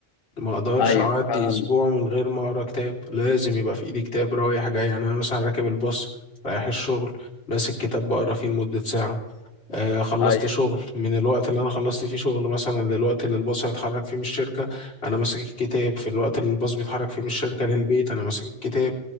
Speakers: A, on the left; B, on the left.
A: ما أقدرش
B: ايوه
A: أعدي
B: فعلا
A: أسبوع من غير ما أقرأ كتاب لازم يبقى في إيدي كتاب رايح جاي يعني أنا مثلا راكب الباص رايح الشغل ماسك كتاب بقرا فيه لمدة ساعة آه، خلصت
B: ايوه
A: شغل من الوقت اللي انا خلصت فيه شغل مثلا للوقت اللي الباص هيتحرك فيه من الشركه انا ماسك الكتاب في الوقت اللي الباص بيتحرك فيه من الشركه للبيت انا ماسك الكتاب